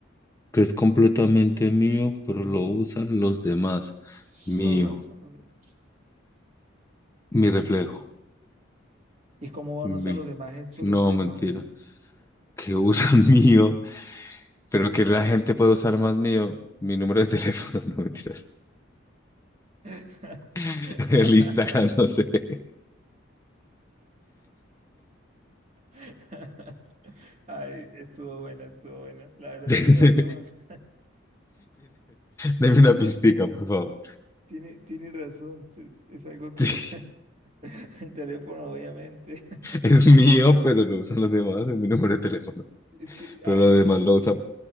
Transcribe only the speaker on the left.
que es completamente mío, pero
lo usan los demás.
Mío,
mi reflejo,
mi,
no,
mentira.
Que usan <laughs> mío, pero que la gente puede usar más mío. Mi número de teléfono, <laughs> no mentiras.
<laughs> El Instagram, no sé. <laughs>
Tiene,
deme una pistica, por favor.
Sí,
es
mío, pero lo usan los demás, es mi número de teléfono.
Pero
lo demás
lo usa